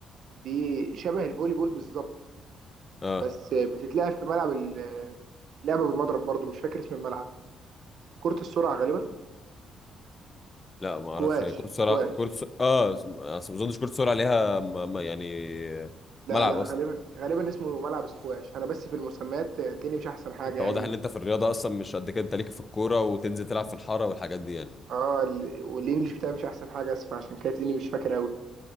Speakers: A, on the right; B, on the left.
A: دي شبه الفولي بول بالظبط
B: اه
A: بس بتتلعب في ملعب ال- لعبه بالمضرب برضو مش فاكر اسم الملعب كره السرعه غالبا
B: لا ما
A: سكواش
B: اعرفش هي كره سرعه
A: سكواش
B: كره س... اه اسم- اصل ما اظنش كره سرعه ليها م... م... يعني
A: لا
B: ملعب
A: لا
B: اصلا
A: غالبا غالبا اسمه ملعب سكواش انا بس في المسميات تلاقيني مش احسن حاجه
B: انت
A: يعني
B: واضح ان انت في الرياضه اصلا مش قد كده انت ليك في الكوره وتنزل تلعب في الحاره والحاجات دي يعني
A: اه ال- والانجليش بتاعي مش احسن حاجه اسف عشان كده تلاقيني مش فاكر قوي